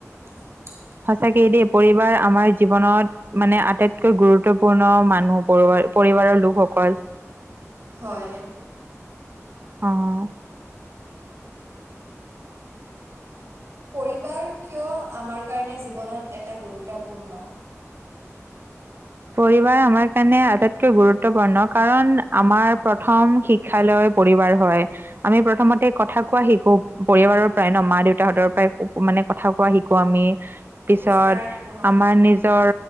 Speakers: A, on the right; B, on the right.
A: <inaudible>
B: সঁচাকেই দেই, পৰিবাৰ আমাৰ জীৱনত মানে আটাইতকৈ গুৰুত্বপূৰ্ণ মানুহ পৰিবাৰৰ, লোকসকল।
A: হয়।
B: অ'।
A: পৰিবাৰ কিয় আমাৰ কাৰণে জীৱনত এটা গুৰুত্বপূৰ্ণ?
B: পৰিবাৰ আমাৰ কাৰণে আটাইতকৈ গুৰুত্বপূৰ্ণ, কাৰণ আমাৰ প্ৰথম শ শিক্ষ লৈ পৰিবাৰ হয়। আমি প্ৰথমতে কথা কোৱা শিকো, পৰিবাৰৰ পৰাই ন', মা দেউতাহতৰ পৰাই মানে কথা <unintelligible> শিকো আমি, পিছত
A: খোজকাঢ়া শিকো ন
B: আমাৰ নিজৰ